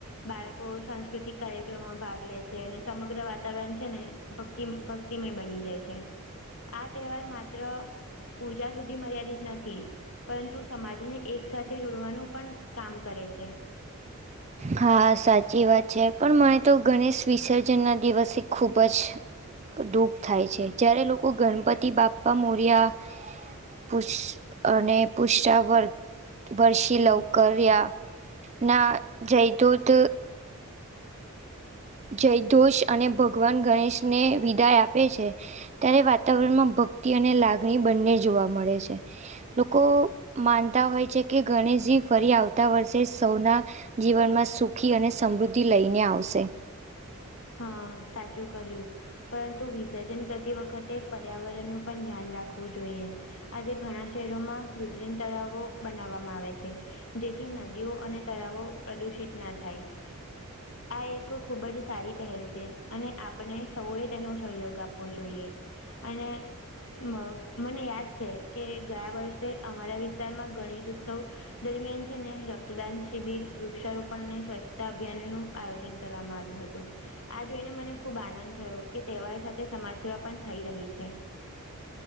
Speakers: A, on the left; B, on the right.
A: બાળકો સંસ્ સાકૃતિક કાર્યક્રમોમાં ભાગ લે છે અને સમગ્ર વાતાવરણ છે ને ભક્તિ ભક્તિમય બની જાય છે આ તહેવાર માત્ર પૂજા સુધી મર્યાદિત નથી. પરંતુ સમાજને એક સાથે જોડવાનું પણ કામ કરે છે.
B: હા સાચી વાત છે પણ મને તો ગણેશ વિસર્જન ના દિવસે ખૂબ જ દુઃખ થાય છે જય્યારે લોકો ગણપતિ બાપ્પા મોર્યા પુ અને પુષ વર્ વર્ષી
A: બસ
B: લવકરિયા ના જયદૂત
A: હ
B: જયદોષ અને ભગવાન ગણેશને વિદાય આપે છે. ત્યારે વાતાવરણમાં ભક્તિ અને લાગણી બંને જોવા મળે છે. લોકો માનતા હોય છે કે ગણેશજી ફરી આવતા વર્ષે સૌના જીવનમાં સુખી અને સમૃદ્ધિ લઈને આવશે.
A: હા સાચું કહ્યું! પરંતુ વિસર્જન કરતી વખતે પર્યાવરણનું પણ ધ્યાન રાખવું જોઈએ આજે ઘણા શહેરોમાં કૃત્રિમ તળાવો બનાવવામાં આવે છે. જેથી નદીઓ અને તળાવો પ્રદુષિત ના થાય આ એક ખૂબ જ સારી પહેલ છે અને આપણે સૌએ તેનો સહયોગ આપવો જોઈએ અને મ મને યાદ છે કે ગયા વર્ષે અમારા વિસ્તારમાં ગણેશ ઉત્સવ દરમિયાન છે ને રક્તદાન શિબિર વૃક્ષારોપણ અને સ્વચ્છતા અભિયાન નું આયોજન કરવામાં આવ્યું હતું. આ જોઈને મને ખુબ આનંદ થયો કે તહેવાર સાથે સમાજ સેવા પણ થઈ રહી છે.